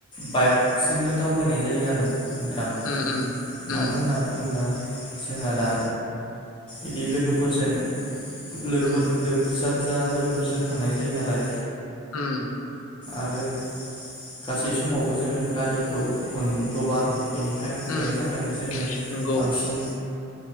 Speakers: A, on the left; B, on the left.
A: बाइकजोंनो दावबायनाय जायो आरो नोंथां
B: उम उम
A: मानो
B: उम
A: होनना बुङोब्ला जोंहा दा इदि लोगोफोरजों
B: उम
A: लोगोफोरदो
B: उम
A: बुजा जा लोगोफोरजों थांनाय जायो नालाय।
B: उम
A: आरो गासै समावबो जोङो गारिखौ मोनब्र'बा। बेनिखा
B: उम
A: बेनि थाखायनो जोङो
B: नंगौ
A: बांसिन